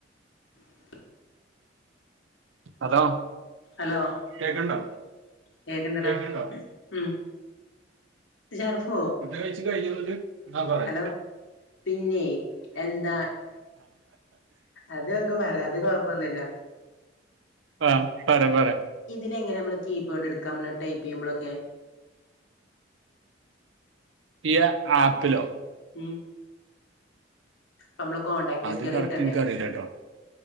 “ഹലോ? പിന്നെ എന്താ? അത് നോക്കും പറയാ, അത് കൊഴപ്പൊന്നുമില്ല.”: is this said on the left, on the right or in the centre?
Left